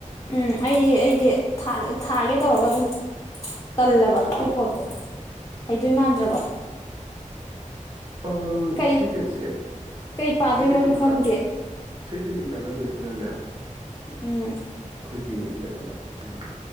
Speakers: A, on the left; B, on the right.
A: ꯎꯝ ꯑꯩ ꯑꯩꯁꯦ ꯊꯥ ꯊꯥꯒꯦ ꯇꯧꯔꯒ ꯑꯗꯨꯝ ꯇꯜꯂꯕ ꯑꯗꯨꯏ ꯄꯣꯠꯇꯣ ꯍꯩꯗꯣꯏ ꯃꯥꯟꯗ꯭ꯔꯕ
B: ꯑꯝ
A: ꯀꯩ
B: ꯁꯤ ꯇꯦꯠꯁꯦ
A: ꯀꯩ ꯄꯥꯗꯣꯏꯅꯣꯁꯨ
B: ꯁꯤ ꯇꯦꯠꯀꯤ
A: ꯈꯪꯗꯦ
B: ꯀꯥꯟ ꯁꯤ ꯇꯦꯠꯀꯤ ꯀꯥꯟꯅꯗꯣꯏꯁꯤꯅꯅꯦ
A: ꯎꯝ
B: ꯑꯩꯈꯣꯏꯒꯤ ꯀꯩꯅꯣꯗ ꯎꯝ